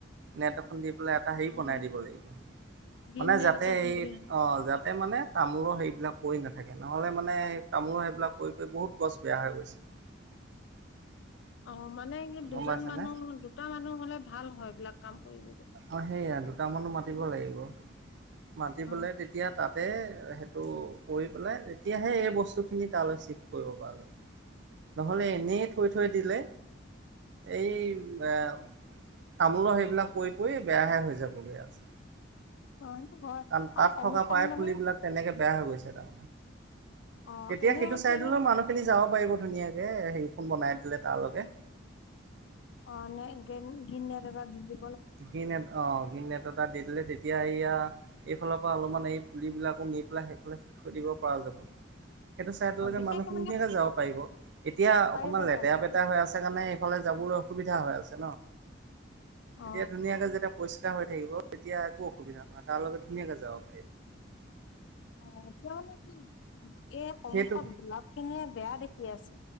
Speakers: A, on the right; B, on the left.
A: নেট এখন দি পেলাই এটা হেৰি বনাই
B: অ'।
A: দিব লাগিব।
B: দিন
A: মানে
B: নে
A: যাতে
B: এটা দিম
A: এই
B: বুলি ভাব
A: অ যাতে মানে তামোলৰ সেইবিলাক। পৰি নাথাকে নহ'লে মানে সেই তামোলো সেইবিলাক কৰি প বহুত গছ বেয়া হৈ গৈছে। <inaudible>
B: অ মানে স দুজন
A: গম পাইছানে
B: মানুহ দুটা মানুহ হ'লে ভাল হয় এইবিলাক কাম। কৰিবলৈ
A: অ সেয়া দুটামানো মাতিব
B: উম
A: লাগিব। মাতি
B: অ
A: পেলাই তেতিয়া তাত। তা সেইটো কৰি পেলাই তেতিয়াহে এই বস্তুখিনি তালৈ চিভ কৰিব পাৰ। নহলে এনেই থৈ থৈ দিলে। এই এ তামোলৰ সেইবিলাক কৰি। কে বেয়াহে হৈ যাব বেয়া আছে।
B: হয়টো হয়
A: কাৰণ তাত
B: আৰু সম্মুখত
A: থকা প্ৰায়
B: মানে।
A: পুলিবিলাক তেনেকে বেয়া হৈ গৈছে তাত
B: অ
A: তেতিয়া
B: এনেও
A: সেইটো
B: মানে
A: চাইডলৈ
B: হেৰি
A: মানুহ খিনি যাব পাৰিব ধুনীয়াকে এ হেৰিখন বনাই দিলে তালৈকে।
B: অ নে গেন গিনদা দাদাক জিপে।
A: গিনেপ অপ। বিনেটতাত দি দিলে তেতিয়া এইয়া এইফালৰ পৰা অলপমান এই পুলিবিলাকো নি পেলাই সেইফালে থৈ দিব। পৰা যাব। সেইটো চাইটলৈকে
B: অ বিশেষকে
A: মানুহখিনি
B: মানে
A: খিনিয়াকে ঢেৰ কে যাব পাৰিব এতিয়া অকনমান
B: পাৰিব
A: লেতেৰা
B: যাবলে
A: পেতেৰা হৈ আছে কাৰণে। ফালে যাবলৈ অসুবিধা হৈ আছে ন।
B: অ
A: তেতিয়া ধুনীয়াকে যেতিয়া পৰিষ্কাৰ হৈ থাকিব তেতিয়া একো অসুবিধা নহয় তাৰ লগে ধুনীয়াকে যাও।
B: অ এতিয়া মানে কি এই সন্মুখত
A: সেইটো
B: গোলাপ খিনিয়ে বেয়া দেখ- সি আছে।